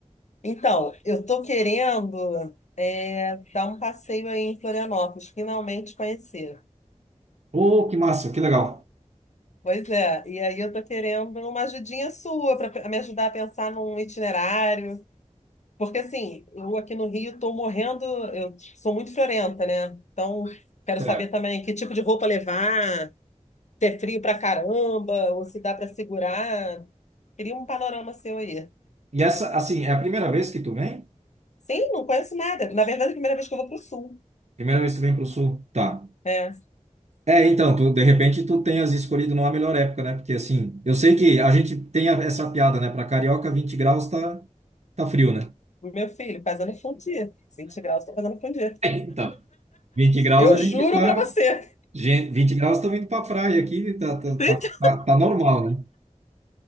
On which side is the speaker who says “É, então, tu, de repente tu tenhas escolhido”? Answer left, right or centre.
Right